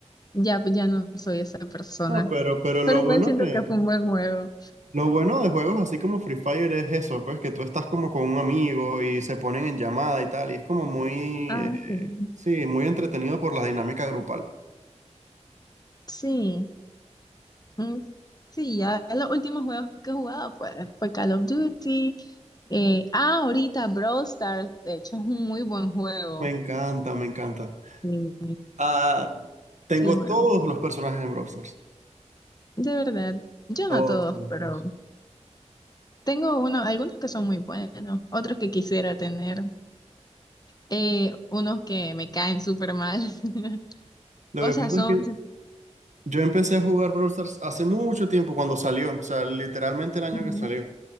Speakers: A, on the left; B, on the right.
A: ya, ya no soy esa persona.
B: No, pero, pero lo
A: Pero igual
B: bueno
A: siento
B: de,
A: que fue un buen juego.
B: lo bueno de juegos así como Free Fire es eso, pues que tú estás como con un amigo y se ponen en llamada y tal, y es como muy,
A: Ah,
B: eh,
A: sí.
B: sí, muy entretenido por la dinámica grupal.
A: Sí, mm, sí, ya los últimos juegos que he jugado pues, fue Call of Duty. eh, ah, ahorita Brawl Stars, de hecho es un muy buen juego.
B: Me encanta, me encanta.
A: Sí,
B: Ah, tengo
A: sí lo juego.
B: todos los personajes en Brawl Stars,
A: De verdad, yo
B: todos.
A: no todos, pero
B: todos.
A: tengo uno, algunos que son muy buenos, otros que quisiera tener. Eh, unos que me caen súper mal. <laughs>
B: Lo
A: O sea,
B: que pasa
A: son...
B: es que
A: sí,
B: Yo empecé a jugar Brawl Stars hace mucho tiempo cuando salió, o sea, literalmente el año
A: Ujú.
B: que salió.